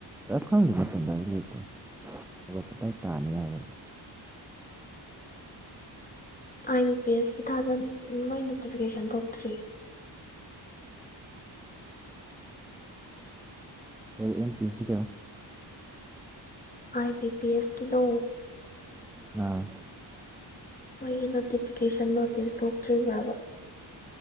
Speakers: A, in the centre; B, on the left (about 20°).
A: ꯑ ꯈꯪꯗꯦ ꯃꯇꯝ ꯗꯥꯏꯔꯦꯛ ꯂꯩꯇꯦ <unintelligible> ꯑꯥꯒꯁ ꯑꯗꯥꯏ ꯇꯥꯅꯤ ꯍꯥꯏꯕꯟ
B: ꯑꯥꯏ ꯄꯦꯁꯀꯤ ꯊꯥꯖꯟ ꯃꯣꯏ ꯅꯣꯇꯤꯐꯤꯀꯦꯁꯟ ꯊꯣꯛꯇ꯭ꯔꯤ
A: ꯀꯩ ꯑꯦꯝ ꯄꯤ ꯑꯦꯁ ꯁꯤ ꯒ
B: ꯑꯥꯏ ꯄꯤ ꯄꯤ ꯑꯦꯁꯀꯤꯗꯣ
A: ꯅꯥ
B: ꯃꯣꯏꯒꯤ notification notice ꯊꯣꯛꯇ꯭ꯔꯤꯕ꯭ꯔꯕ